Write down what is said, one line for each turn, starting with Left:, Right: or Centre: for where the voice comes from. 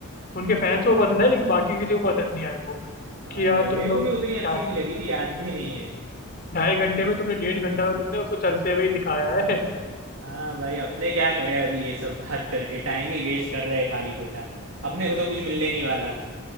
Left: उनके फैंस को
Right: हाँ
Left: पसंद है लेकिन बाकी किसी को पसंद नहीं आई वो
Right: हाँ
Left: कि यार
Right: भाई
Left: तुम
Right: मेरे
Left: लोग
Right: को भी उतनी अच्छी
Left: ढा-
Right: नहीं लगी थी याद भी नहीं है
Left: ढाई घंटे में तुमने डेढ़ घंटा
Right: हम्म।
Left: तो तुमने उसको चलते हुए ही दिखाया है
Right: हाँ भाई अपने क्या करें अभी ये सब बात करके टाइम ही वेस्ट कर रहे हैं खाली खोटा अपने को तो कुछ मिलने नहीं वाला